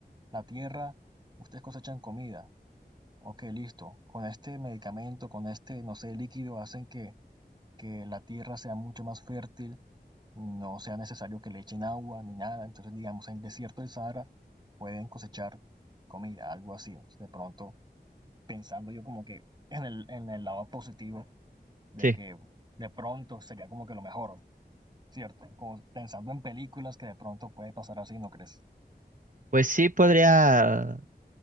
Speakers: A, on the right; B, on the right.
A: la tierra, ustedes cosechan comida. Ok, listo. Con este medicamento, con este, no sé, líquido, hacen que, que la tierra sea mucho más fértil, no sea necesario que le echen agua ni nada. Entonces, digamos, en el desierto del Sahara pueden cosechar comida, algo así. De pronto, pensando yo como que en el, en el lado positivo de
B: Sí.
A: que de pronto sería como que lo mejor, ¿cierto? Como pensando en películas que de pronto puede pasar así, ¿no crees?
B: Pues sí podría